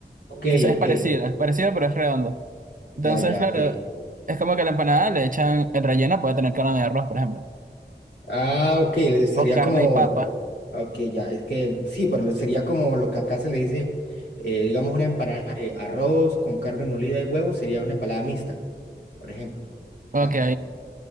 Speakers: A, on the left; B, on the right.
A: Ok,
B: y que es es
A: ok.
B: parecido, es parecido, pero es redondo.
A: Ya,
B: Entonces,
A: ya,
B: claro,
A: ok.
B: es como que a la empanada le echan, el relleno puede tener carne de arroz, por ejemplo,
A: Ah, ok, le- sería
B: o carne
A: como,
B: y papa.
A: ah, ok, ya, es que sí, pero lo- sería como lo que acá se le dice, eh, digamos, una empanada de arroz con carne molida y huevo, sería una empanada mixta, por ejemplo.
B: Ok,
A: Acá.